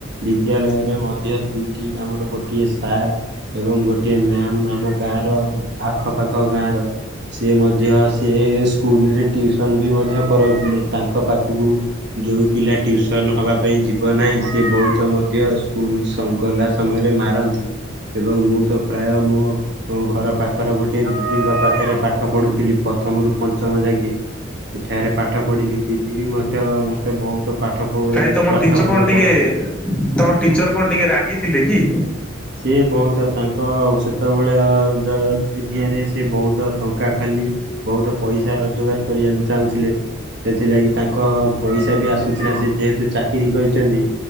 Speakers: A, on the right; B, in the centre.
A: ବିଦ୍ୟାଳୟରେ ମଧ୍ୟ ଦୁଇଟି ଆମର ଗୋଟିଏ ସାର୍ ଏବଂ ଗୋଟିଏ ମ୍ୟାମ ଆମ ଗାଁ ର ଆଖପାଖ ଗାଁ ର ସିଏ ମଧ୍ୟ ସିଏ ସ୍କୁଲରେ ଟିଉସନ ବି ମଧ୍ୟ କରନ୍ତି ତାଙ୍କ ପାଖକୁ ଯୋଉ ପିଲା ଟିଉସନ ହବା ପାଇଁ ଯିବ ନାହିଁ ସେ ବହୁତ ମଧ୍ୟ ସ୍କୁଲ ସ ଗଲା ସମୟରେ ମାରନ୍ତି ଏବଂ ମୁଁ ତ ପ୍ରାୟ ମୋ ଓ ଘର ପାଖର ଗୋଟେ ଦିଦିଙ୍କ ପାଖରେ ପାଠ ପଢୁଥିଲି ପ୍ରଥମରୁ ପଞ୍ଚମ ଯାକେ ସେଠାରେ ପାଠ ପଢ଼ିଲି ଦିଦି ବି ମଧ୍ୟ ମୋତେ ବହୁତ ପାଠ ପଢ଼
B: କାହିଁ ତମ
A: ପାଠ
B: ଟିଚର
A: ଭଲ
B: କଣ ଟିକେ
A: ପଢ଼ାନ୍ତି।
B: ତମ ଟିଚର କଣ ଟିକେ ରାଗି ଥିଲେ କି?
A: ସେ ବହୁତ ତାଙ୍କ ସେତେବେଳେ ଦ ଦୁନିଆରେ ସେ ବହୁତ ଟଙ୍କା ଖାଲି ବହୁତ ପଇସା ରୋଜଗାର କରିବାକୁ ଚାହୁଁଥିଲେ। ସେଥିଲାଗି ତାଙ୍କ ପଇସା ବି ଆସୁଥିଲା ସେ ଯେହେତୁ ଚାକିରୀ କରିଚନ୍ତି।